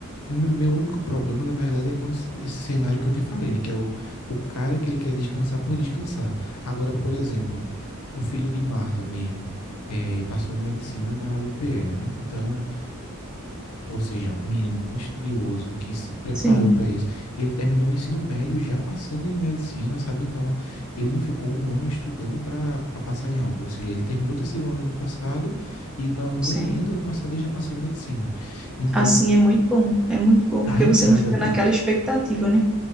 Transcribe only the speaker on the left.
Me- Meu único problema, na verdade, é com esse esse cenário que eu te falei, né? Que é o, o cara que ele quer descansar por descansar. Agora, por exemplo, o filho de Marta mesmo, eh, passou em medicina na UPE, né? Então, ou seja, um menino muito estudioso que se preparou
para isso. Ele terminou o ensino médio já passando em medicina, sabe? Então, ele não ficou um ano estudando para passar em algo. Ou seja, ele terminou o terceiro ano no ano passado e no, no
Enem do ano passado ele já passou em medicina. Então,
a
entrada
de